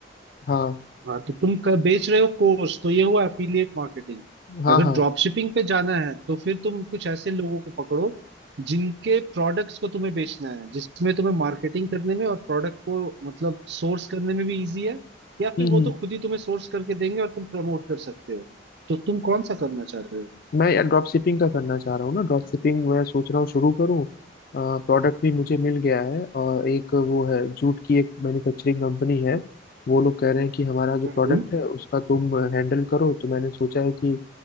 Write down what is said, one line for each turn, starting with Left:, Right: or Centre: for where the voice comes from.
Left: हाँ
Right: हाँ तो तुम क- बेच रहे हो कोर्स तो ये हुआ एफिलिएट मार्केटिंग
Left: हाँ
Right: अगर
Left: हाँ
Right: ड्रॉप शिपिंग पे जाना है तो फिर तुम कुछ ऐसे लोगों को पकड़ो जिनके प्रोडक्ट्स को तुम्हें बेचना है जिसमें तुम्हें मार्केटिंग करने में और प्रोडक्ट को मतलब सोर्स करने में भी इजी है या फिर
Left: हम्म
Right: वो
Left: हम्म
Right: तो खुद ही तुम्हें सोर्स करके देंगे और तुम प्रमोट कर सकते हो तो तुम कौन सा करना चाह रहे हो
Left: मैं यार ड्रॉप शिपिंग का करना चाह रहा हूँ ना ड्रॉप शिपिंग मैं सोच रहा हूँ शुरू करूँ प्रोडक्ट भी मुझे मिल गया है और एक वो है जूट की एक मैन्युफैक्चरिंग कंपनी है वो लोग कह रहे हैं कि हमारा जो
Right: हम्म
Left: प्रोडक्ट है उसका तुम हैंडल करो तो मैंने सोचा है कि